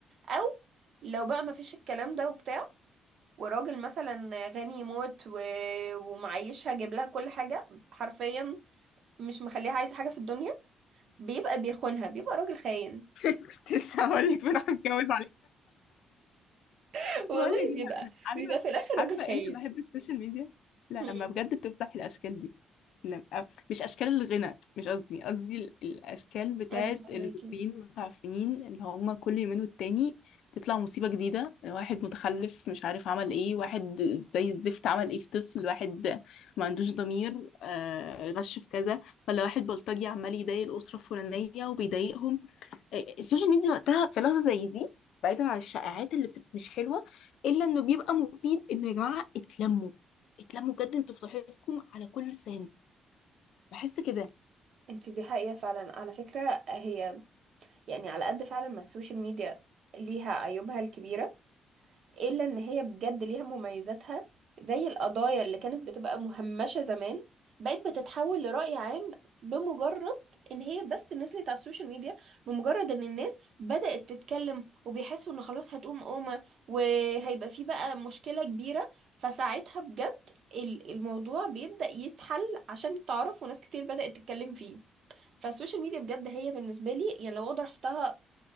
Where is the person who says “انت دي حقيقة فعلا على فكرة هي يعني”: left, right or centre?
Right